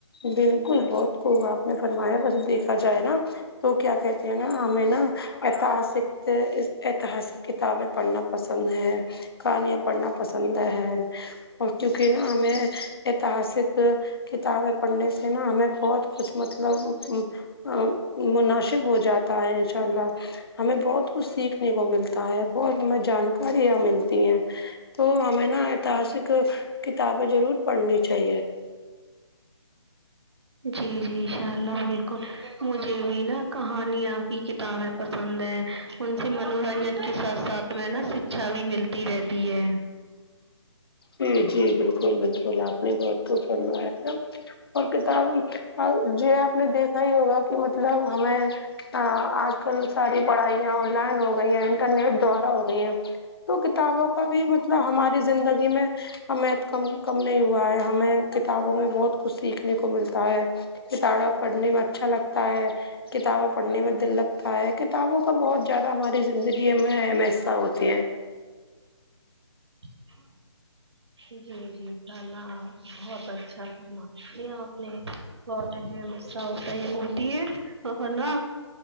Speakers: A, on the left; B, on the right.
A: بالکل بہت خوب آپ نے فرمایا بس دیکھا جائے نا تو کیا کہتے ہیں نا ہمیں نا ایتہاسک ایتہاسک کتابیں پڑھنا پسند ہے کہانیاں پڑھنا پسند ہے اور کیونکہ نا ہمیں آیں تسک کتابیں پڑھنے سے نا ہمیں بہت کچھ مطلب ا مناسب ہو جاتا ہے ان شاء اللہ ہمیں بہت کچھ سیکھنے کو ملتا ہے بہت ہمیں جانکاریاں ملتی ہیں تو ہمیں نا ایتہاسک کتابیں ضرور پڑھنی چاہیے
B: جی جی انشاء اللہ بالک مجھے بھی نا کہانیاں کی کتابیں پسند ہیں ان اس منورنجن کے ساتھ ساتھ میں نا شکشا بھی ملتی رہتی ہے
A: جی جی بالکل بالکل آپ نے بہت خوب فرمایا ہے اور کتاب اور یہ آپ نے دیکھا ہی ہوگا کہ مطلب ہمیں آج کل ساری پڑھائیاں آن لائن ہو گئی ہیں انٹرنیٹ دوارا ہو گئی ہیں تو کتابوں کا بھی مطلب ہماری زندگی میں ہمیں کم کم نہیں ہوا ہے ہمیں کتابوں میں بہت کچھ سیکھنے کو ملتا ہے کتابیں پڑھنے میں اچھا لگتا ہے کتابیں پڑھنے میں دل لگتا ہے کتابوں کا بہت زیادہ ہماری زندگی میں اہم حصہ ہوتی ہیں
B: ہ <inaudible> جی جی انشاءاللہ آپ بہت اچھا فرماتی ہے آپ نے بہت اہم حصہ ہوتا ہے یہ اڑ ہے اور نا